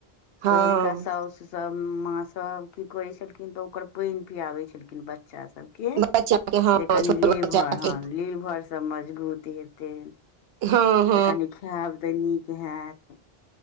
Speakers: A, on the right; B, on the left.
A: हँ
B: पहिलका सोउस सब माँ सब की करै छलखिन तऽ ओकर पेएन पियाबै छलखिन बच्चा सब के
A: बच्चा के हँ
B: जे
A: छोट
B: कनि
A: बच्चा
B: लीभर
A: के
B: हां लीभर सब मजगुत हेतै।
A: हां-हां।
B: तऽ कनी खाएब तऽ नीक हाएत।